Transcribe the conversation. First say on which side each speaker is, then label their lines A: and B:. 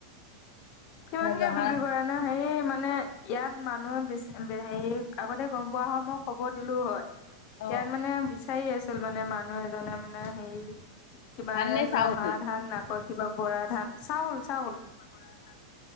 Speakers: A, on the left; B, on the left.
A: কিমানকে
B: জহা
A: বিক্ৰী কৰা? মানে হেৰি মানে, ইয়াত মানুহে বেচি, হেৰি আগতে গম পোৱা হয়, মই খবৰ দিলোঁ হয়।
B: অ
A: ইয়াত মানে, বিচাৰি আছিল মানে, মানুহ এজনে মানে হেৰি কিবা
B: ধান নে চাউল
A: জহা ধান, আকৌ কিবা বৰা ধান, চাউল- চাউল।
B: কিবা বৰা ধান।